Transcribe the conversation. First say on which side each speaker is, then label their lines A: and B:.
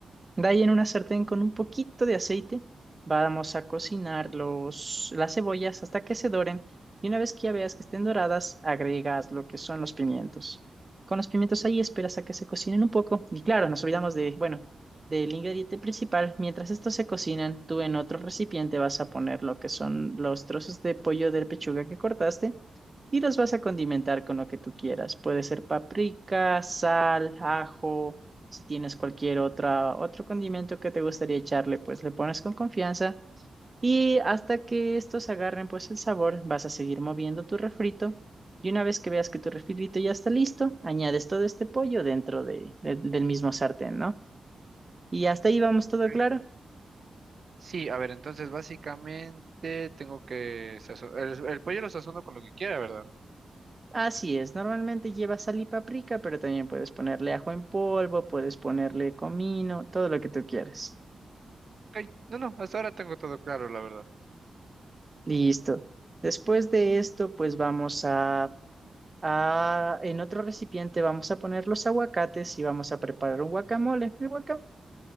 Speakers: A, on the right (about 35°); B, on the right (about 55°).
A: De ahí en una sartén con un poquito de aceite, vamos a cocinar los, las cebollas hasta que se doren y una vez que ya veas que estén doradas, agregas lo que son los pimientos. Con los pimientos ahí esperas a que se cocinen un poco y claro, nos olvidamos de, bueno, del ingrediente principal. Mientras estos se cocinan, tú en otro recipiente vas a poner lo que son los trozos de pollo de pechuga que cortaste y los vas a condimentar con lo que tú quieras. Puede ser paprika, sal, ajo. Si tienes cualquier otra, otro condimento que te gustaría echarle, pues le pones con confianza y hasta que estos agarren pues el sabor, vas a seguir moviendo tu refrito y una vez que veas que tu refrito ya está listo, añades todo este pollo dentro de, de- del mismo sartén, ¿no? Y hasta ahí vamos todo
B: ok.
A: claro.
B: Sí, a ver, entonces básicamente tengo que sazonar. El, el pollo lo sazono con lo que quiera, ¿verdad?
A: Así es, normalmente lleva sal y paprika, pero también puedes ponerle ajo en polvo, puedes ponerle comino, todo lo que tú quieras.
B: Ok. No, no, hasta ahora tengo todo claro, la verdad.
A: Listo. Después de esto, pues vamos a Ah, en otro recipiente vamos a poner los aguacates y vamos a preparar un guacamole. El guacamole